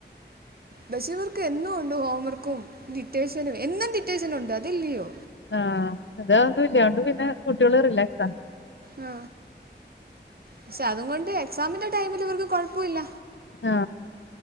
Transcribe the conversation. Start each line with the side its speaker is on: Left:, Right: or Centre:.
Right: ബഷീ വർക്ക് എന്നും ഉണ്ട് ഹോംവർക്കും ഡിറ്റേഷനും എന്നും ഡിറ്റേേഷനും ഉണ്ട് അതല്ലയോ
Left: ആ അതന്നും ഇല്ല അ ഓണ്ട് പിന്നെ കുട്ടികള് റിലാക്സ്‌ടാ
Right: ആ പക്ഷെ അതും കൊണ്ട് എക്സാമിന്റെ ടൈമിൽ ഇവർക്ക് കുഴപ്പല്ല
Left: ആ